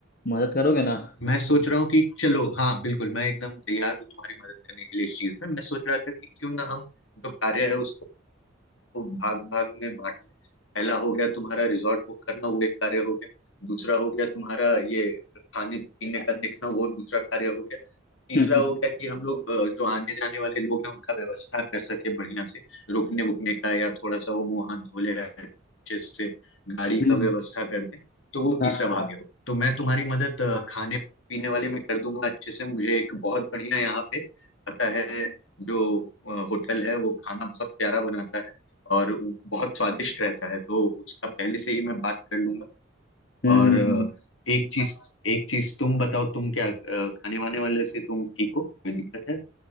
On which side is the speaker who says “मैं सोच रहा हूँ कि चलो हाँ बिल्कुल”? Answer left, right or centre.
Left